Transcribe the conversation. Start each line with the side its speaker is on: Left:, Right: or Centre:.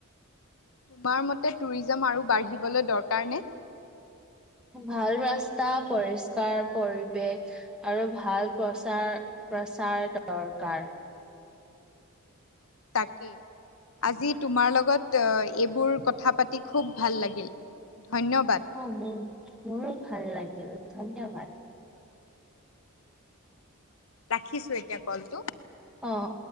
Left: তোমাৰ মতে টুৰিজিম আৰু বাঢ়িবলৈ দৰকাৰ নে?
Centre: ভাল ৰাস্তা, পৰিষ্কাৰ পৰিৱেশ আৰু ভাল প্ৰচাৰ প্ৰচাৰ দৰকাৰ।
Left: তাকে। আজি তোমাৰ লগত এইবোৰ কথা পাতি খুব ভাল লাগিল ধন্যবাদ।
Centre: অঁ মোৰ মোৰো ভাল লাগিল ধন্যবাদ।
Left: ৰাখিছো এতিয়া কলটো।
Centre: অ'।